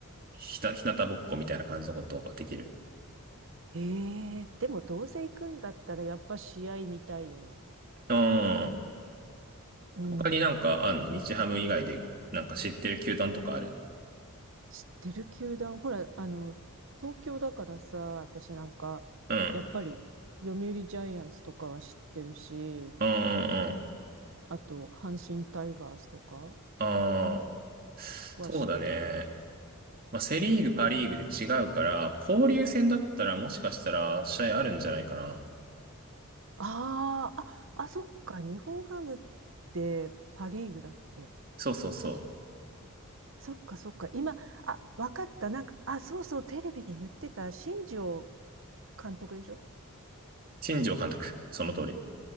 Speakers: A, on the right; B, on the right.
A: ひた、ひなたぼっこみたいな感じのことができる。
B: ええでもどうせ行くんだったらやっぱ試合見たいよね。
A: うん。
B: うん。
A: 他になんかあんの日ハム以外で、なんか知ってる球団とかある
B: 知ってる球団、ほら、あの、東京だからさ、私なんか、
A: うん。
B: やっぱり、読売ジャイアンツとかは知ってるし、
A: うんうんうん。
B: あと、阪神タイガースとか
A: ああ。
B: は知ってる。
A: そうだね。まあ、セリーグ、パリーグで違うから、交流戦だったらもしかしたら試合あるんじゃないかな。
B: ああ、あ、あ、そっか、日本ハムってパリーグだっけ
A: そうそうそう。
B: そっか、そっか、今、あ、わかった、なんか、あ、そうそう、テレビで言ってた、新庄監督でしょ
A: 新庄監督。その通り。